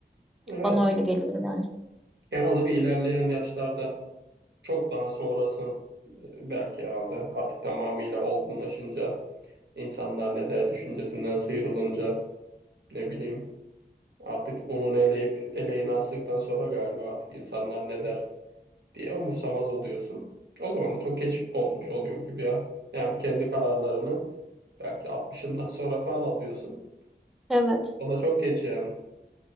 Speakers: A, on the right; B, in the centre.
A: Evet.
B: Bana öyle geliyor yani.
A: Yaralı bir ilerleyen yaşlarda. Çok daha sonrası e, belki herhalde artık tamamıyla olgunlaşınca insanlar ne der düşüncesinden sıyrılınca ne bileyim artık onun eleyip eleğini astıktan sonra galiba artık insanlar ne der diye umursamaz oluyorsun. O zaman da çok geç olmuş oluyor gibi ya. Yani kendi kararlarını belki 60'ından sonra falan alıyorsun.
B: Evet.
A: O da çok geç yani.